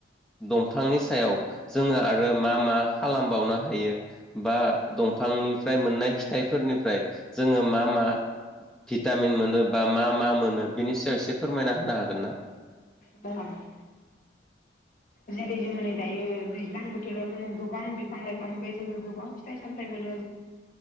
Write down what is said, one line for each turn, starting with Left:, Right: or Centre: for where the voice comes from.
Centre: दंफांनि सायाव जोङो आरो मा मा खालामबावनो हायो बा दंफांनिफ्राय मोननाय फिथाइफोरनिफ्राय जोङो मा मा? भिटामिन मोनो बा मा मा मोनो बेनि सायाव एसे फोरमायना होनो हागोन ना?
Left: ब <unintelligible> जेरै जोङो नै दायो दैज्लां बोथोराव जोङो गोबां बिफां लाइफांनिफ्राय जोङो गोबां फिथाइ सामथाइ मोन